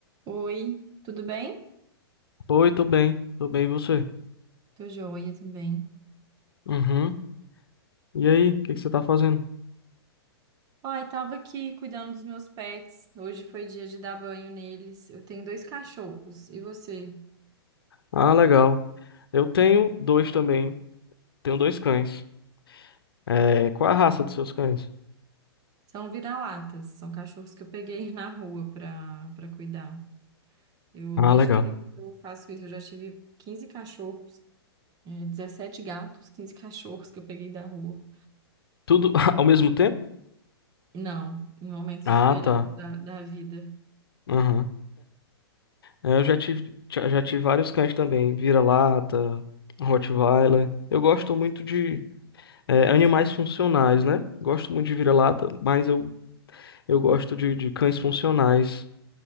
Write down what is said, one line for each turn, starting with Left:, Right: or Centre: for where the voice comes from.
Right: Oi, tudo bem?
Left: Oi, tô bem, tô bem, e você?
Right: Tô joia também.
Left: Uhum. E aí, o que que você tá fazendo?
Right: Ai, tava aqui cuidando dos meus pets. Hoje foi dia de dar banho neles. Eu tenho dois cachorros. E você?
Left: Ah, legal. Eu tenho dois também, tenho dois cães. É, qual é a raça dos seus cães?
Right: São vira-latas. São cachorros que eu peguei <laughs> na rua pra, pra cuidar. Eu,
Left: Ah,
Right: desde
Left: legal.
Right: criança, eu faço isso. Eu já tive 15 cachorros, eh, 17 gatos, 15 cachorros que eu peguei da rua.
Left: Tudo <laughs> ao mesmo tempo?
Right: Não, em momentos
Left: Ah,
Right: diferentes
Left: tá.
Right: da, da vida.
Left: Aham. É, eu já tive, já já tive vários cães também, vira-lata, Rottweiler. Eu gosto muito de é, animais funcionais, né? Gosto muito de vira-lata, mas eu, eu gosto de, de cães funcionais.